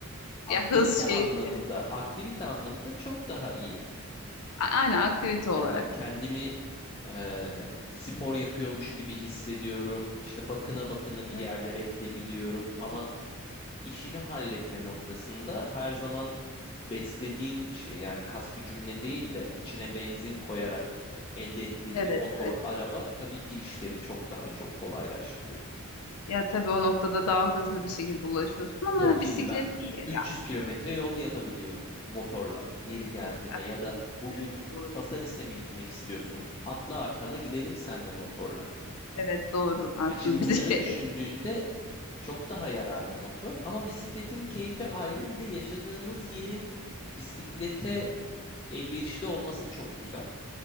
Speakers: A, on the left; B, on the left.
A: aktivite
B: ya hız şey,
A: anlamında,
B: şey-
A: aktivite anlamında çok daha iyi.
B: a- aynen aktivite
A: Hani
B: olarak.
A: kendimi eee, spor yapıyormuş gibi hissediyorum. İşte bakına bakına bir
B: Evet,
A: yerlere gidebiliyorum. Ama işini halletme noktasında her zaman beslediğin bir şey. Yani kas gücümle değil de içine benzin koyarak elde ettiğin
B: evet.
A: bir motor,
B: evet.
A: araba tabii ki işleri çok daha çok kolaylaştırıyor.
B: Ya tabii o noktada daha hızlı bir şekilde ulaşıyorsun ama
A: Tabii şimdi
B: bisiklet
A: ben
B: iyi
A: 300
B: ya.
A: kilometre yol yapabiliyorum motorla yeri geldiğinde
B: Ya,
A: ya
B: tabii.
A: da bugün
B: Evet doğru.
A: Pasaris'e mi gitmek istiyorsun? Atla arkama gidelim senle motorla.
B: Evet doğru aslında
A: Yani şimdi
B: <laughs> bisiklet.
A: bunları düşündüğünde çok daha yararlı motor ama bisikletin keyfi ayrı bir de yaşadığımız yerin bisiklete elverişli olması çok güzel.